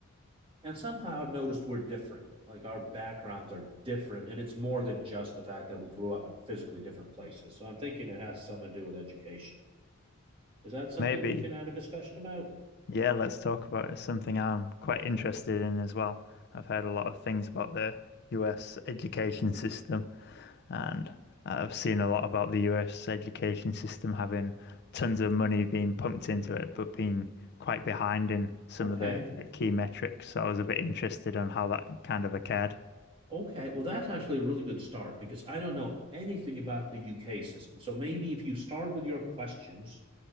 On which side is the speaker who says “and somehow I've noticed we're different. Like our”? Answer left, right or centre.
Right